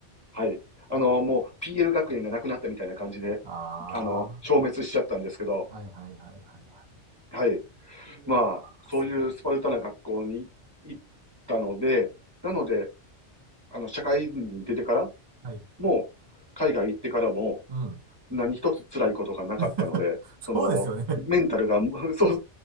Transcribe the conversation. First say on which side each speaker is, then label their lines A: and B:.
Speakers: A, on the right; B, on the right.
A: はい。あの、もう PL 学園がなくなったみたいな感じで、
B: あ
A: あの、消滅しちゃったんですけど、
B: あ、はいはいはいはいは
A: はい。
B: い。いやー、
A: まあ、そういうスパルタな学校に行ったので、
B: すごい。
A: なので、あの、社会人に出てから
B: はい。
A: も、海外行ってからも、
B: うん。
A: 何一つ辛いことがなかったので、
B: <laughs>
A: その、
B: そうですよね。
A: メンタルが、<laughs> そう、